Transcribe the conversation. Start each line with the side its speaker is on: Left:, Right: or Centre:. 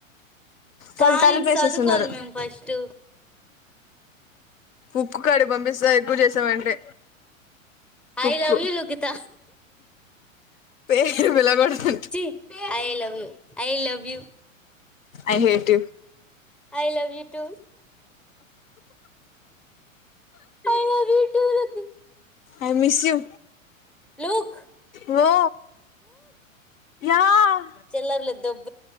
Left: వాళ్ళు
Centre: కానీ
Left: తలుపేసేసున్నారు
Centre: చదువుకోవాలి మేము ఫస్ట్
Left: ఉక్కు కాడికి పంపిస్తా ఎక్కువ చేసావంటే
Centre: ఐ
Left: ఉక్కు
Centre: లవ్ యూ లుకిత
Left: పేరు పిలకోడదు
Centre: ఛీ I love you I love you
Left: I hate you
Centre: I love you too I love you too lucky
Left: I miss you
Centre: look
Left: వొ ఎహ్
Centre: చెలర్లేద్ దొబ్